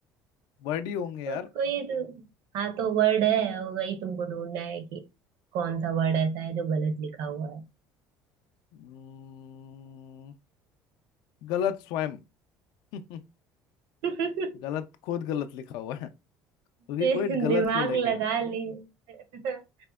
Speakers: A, on the left; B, on the right.
A: वर्ड ही होंगे यार
B: उसको ही तो हाँ तो वर्ड है वही तुमको ढूंढना है कि कौन सा वर्ड ऐसा है जो गलत लिखा हुआ है
A: हम्म, गलत स्वयं <laughs>
B: <laughs>
A: गलत खुद गलत लिखा हुआ है क्योंकि
B: दि-
A: कोई गलत
B: दिमाग
A: क्यों लिखेगा
B: लगा लिए <laughs>